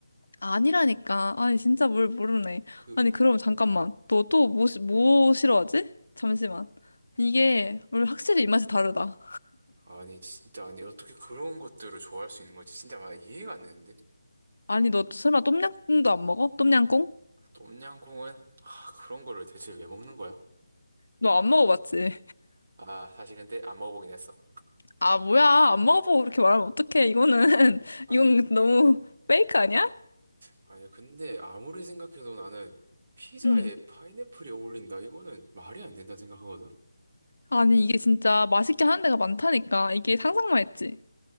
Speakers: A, on the left; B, on the right.
A: 아니라니까. 아니, 진짜 뭘 모르네.
B: 그,
A: 아니, 그럼 잠깐만. 너 또 뭐, 시- 뭐 싫어하지? 잠시만. 이게, 우리 확실히 입맛이 다르다.
B: 아니, 진짜, 아니, 어떻게 그런 것들을 좋아할 수 있는 거지? 진짜, 아, 이해가 안 되는데?
A: 아니, 너 설마 똠양꿍도 안 먹어? 똠양꿍?
B: 똠양꿍은 하, 그런 거를 대체 왜 먹는 거야?
A: 너 안 먹어봤지?
B: 아, 사실 근데 안 먹어보긴 했어.
A: 아, 뭐야. 안 먹어보고 그렇게 말하면 어떡해. 이거는, <laughs>
B: 아니,
A: 이건 너무 페이크 아니야?
B: 아니 근데 아무리 생각해도 나는 피자에
A: 응.
B: 파인애플이 어울린다. 이거는 말이 안 된다 생각하거든.
A: 아니, 이게 진짜 맛있게 하는 데가 많다니까. 이게 상상만 했지.